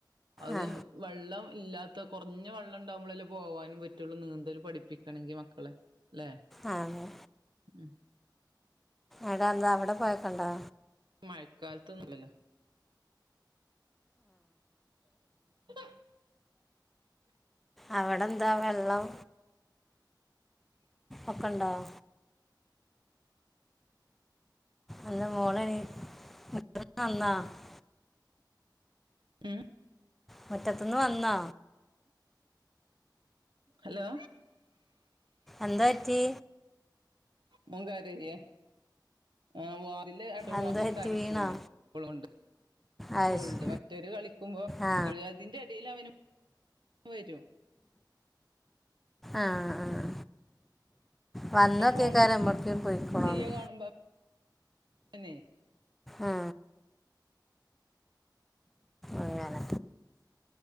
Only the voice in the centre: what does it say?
ആ
ആ അതെ
എടാ ന്താ അവടെ കൊയപ്പണ്ടോ?
അവടെ ന്താ വെള്ളം ഒക്കെണ്ടാവോ? അല്ല മോളെ <unintelligible>
മറ്റത്തുന്ന് വന്നോ?
എന്താ പറ്റീ?
എന്താ പറ്റി വീണോ
അത് ശ-
ആ
ആഹ് ആ ആ വന്നൊ
കേക്കാരം ഇമ്മവ്ട്ക്കേലും പോയിക്കണോന്ന്.
ആഹ്. അങ്ങനെ